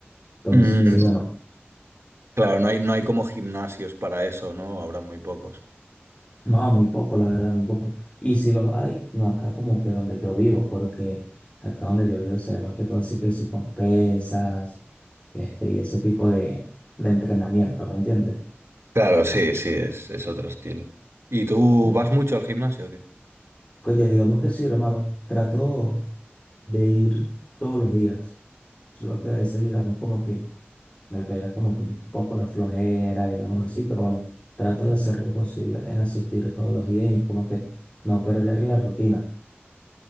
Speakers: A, on the left; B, on the right.
A: Entonces,
B: Mm,
A: bueno,
B: claro, no hay, no hay como gimnasios para eso, ¿no? Habrá muy pocos.
A: no, muy poco, la verdad, muy poco. Y si los hay, no acá como que donde yo vivo, porque acá donde yo vivo se ve más que todo así que si con pesas, este, y ese tipo de, de entrenamiento, ¿me entiendes?
B: Claro, sí, sí, es, es otro estilo. ¿Y tú
A: Claro.
B: vas mucho al gimnasio o qué?
A: Oye, digamos que sí, hermano, trato. de ir todos los días. Solo que a veces, digamos, como que me pega como que un poco la flojera, digamos así, pero bueno, trato de hacer lo posible en asistir todos los días y como que no perder la rutina.